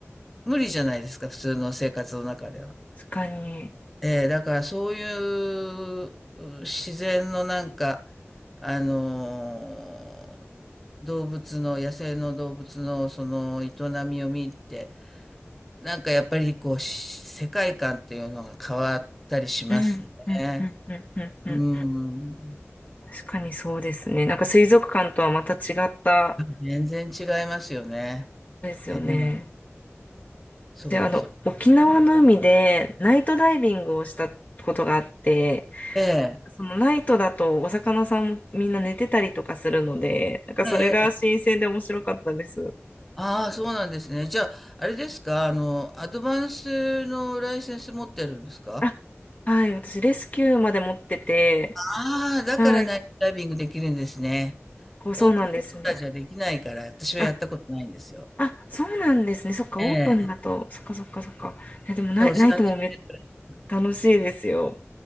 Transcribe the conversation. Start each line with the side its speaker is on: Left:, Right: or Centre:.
Centre: 無理じゃないですか、普通の生活の中では。
Left: 確かに。
Centre: えーだからそういう自然のなんか、あのー動物の、野生の動物のその営みを見て、なんかやっぱりこう、し世界観っていうのが変わったりしますね。
Left: うんうんうんうんうんうん。
Centre: うん。
Left: 確かにそうですね。なんか水族館とはまた違った
Centre: 全然違いますよね。
Left: ですよね。
Centre: えーそうです。
Left: で、あの、沖縄の海でナイトダイビングをしたことがあって、
Centre: え
Left: そのナイトだとお魚さんもみんな寝てたりとかするので、なんかそれが新鮮で面白かったです。
Centre: ええああ、そうなんですね。じゃあ、あれですか、あの、アドバンスのライセンス持ってるんですか
Left: あ、はい、私レスキューまで持ってて、
Centre: ああ、だからナイトダイビングできるんですね。
Left: はい、こうそうなんですね。
Centre: オープンウォーターじゃできないから、私はやったことないんですよ。
Left: あ、あ、そうなんですね。そっか、
Centre: ええ、
Left: オープンだと、そっかそっかそっか。え、でもナイ、
Centre: そう、30メートル。
Left: ナイトもめ、楽しいですよ。